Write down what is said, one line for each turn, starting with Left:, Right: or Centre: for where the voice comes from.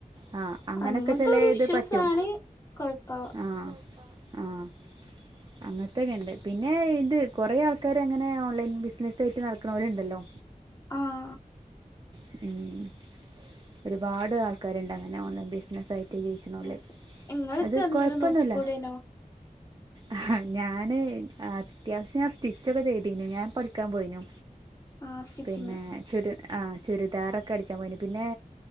Right: ആ അങ്ങനൊക്കെ
Left: അങ്ങനത്തെ
Right: ചെലേത്
Left: ഒരു ഇഷ്യൂസ്
Right: പറ്റും.
Left: ആണ് കൊഴപ്പാവ
Right: ആഹ് ആഹ്. അങ്ങൻത്തെക്കെണ്ട്, പിന്നേ ഇത് കൊറേ ആൾക്കാര് അങ്ങനെ ഓൺലൈൻ ബിസിനസ് സ്സേയ്ട്ട് നടക്ക്ണോല്ണ്ടല്ലൊ
Left: ആഹ്
Right: ഊം ഒരുപാട് ആൾക്കാര്ണ്ടങ്ങനെ ഓൺലൈൻ ബിസിനസ്സായിട്ട് ജീവിച്ച് ക്ക്ണോല്.
Left: അതെ ഇങ്ങൾക്ക്
Right: അത്
Left: എന്തേലും
Right: കൊഴപ്പൊന്നുല്ല
Left: നോക്കിക്കൂടേനോ
Right: ആ ഞാന് അത്യാവശ്യം ഞാൻ സ്റ്റിച്ചൊക്കെ ചെയ്തിനു ഞാൻ പഠിക്കാൻ പോയിനു
Left: ആഹ് സ്റ്റിച്ചിങ്
Right: പിന്നെ ചുര് ആ ചുരിദാറൊക്കെ അടിക്കാൻ പോയ്ന് പിന്നെ പിന്നെ